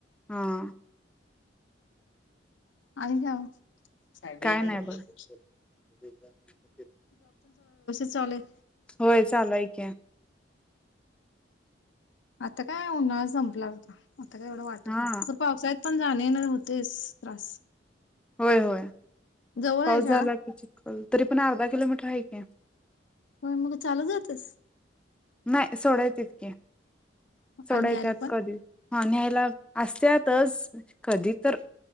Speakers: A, in the centre; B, on the left (about 80°).
A: हं.
B: आणि ह्या. <unintelligible>
A: काय नाही बघ <unintelligible>
B: चालेल.
A: होय चालू आहे की.
B: आता काय उन्हाळा संपला होता. आता काय एवढं वाटत
A: हा
B: नाही पण पावसाळ्यात. पण जाणे न होतेच त्रास.
A: होय होय.
B: जवळ
A: पाऊस
B: आहे शाळा
A: झाला की चिकल. तरी पण अर्धा किलोमीटर आहे की.
B: पण मग एवढ चालत जातेस?
A: नाही सोडेल तितके. सोडाय
B: आणि घ्यायला
A: येतात
B: पण
A: कधी आणि न्यायला. असत्यातच कधी तर.